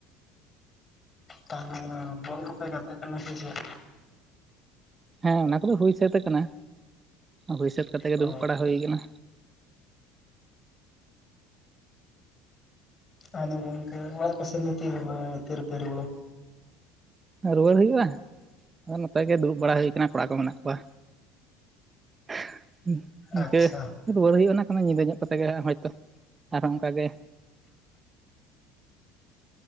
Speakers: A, on the left; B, on the right.
A: ᱛᱟᱦᱞᱮ ᱵᱚᱞ ᱠᱚᱯᱮ ᱜᱟᱛᱮᱜ ᱠᱟᱱᱟ ᱥᱮ ᱪᱮᱫ
B: ᱦᱮᱸ ᱚᱱᱟ ᱠᱚᱫᱚ ᱦᱩᱭ ᱥᱟᱹᱛ ᱟᱠᱟᱱᱟ ᱦᱩᱭ ᱥᱟᱹᱛ ᱠᱟᱛᱮ ᱜᱮ
A: ᱚ
B: ᱫᱩᱲᱩᱵ ᱵᱟᱲᱟ ᱦᱩᱭ ᱟᱠᱟᱱᱟ
A: ᱟᱫᱚ ᱜᱚᱢᱠᱮ ᱚᱲᱟᱜ ᱥᱮᱱᱠᱚ ᱛᱤᱨᱮ ᱯᱮ ᱨᱩᱣᱟᱹᱲᱟ ᱛᱤᱨᱮ ᱯᱮ ᱨᱩᱣᱟᱹᱲᱟ
B: ᱨᱩᱣᱟᱹᱲ ᱦᱩᱭᱩᱜᱼᱟ ᱟᱫᱚ ᱱᱚᱛᱮ ᱜᱮ ᱫᱩᱲᱩᱵ ᱵᱟᱲᱟ ᱦᱩᱭ‌ ᱠᱟᱱᱟ ᱠᱚᱲᱟ ᱠᱚ ᱢᱮᱱᱟᱜ ᱠᱚᱣᱟ <inaudible> ᱤᱱᱠᱟᱹ
A: ᱟᱪᱪᱷᱟ
B: ᱨᱩᱣᱟᱹᱲ ᱦᱩᱭᱩᱜᱼᱟ ᱚᱱᱟ ᱠᱟᱱᱟ ᱧᱤᱫᱟᱹ ᱧᱚᱜ ᱠᱟᱛᱮ ᱜᱮ ᱦᱚᱭᱛᱚ ᱟᱨᱦᱚᱸ ᱚᱱᱠᱟ ᱜᱮ